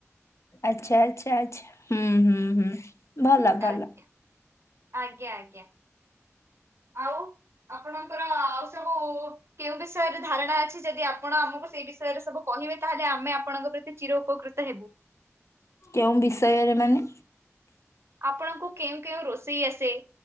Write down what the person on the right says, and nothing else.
ଆଜ୍ଞା, ଆଜ୍ଞା, ଆଜ୍ଞା ଆଉ। ଆପଣଙ୍କର ଆଉ ସବୁ କେଉଁ ବିଷୟରେ ଧାରଣା ଅଛି। ଯଦି ଆପଣ ଆମକୁ ସେଇ ବିଷୟରେ ସବୁ କହିବେ, ତାହେଲେ ଆମେ ଆପଣଙ୍କ ପ୍ରତି ଚିର ଉପକୃତ ହେବୁ।
ଆପଣଙ୍କୁ କେଉଁ କେଉଁ ରୋଷେଇ ଆସେ?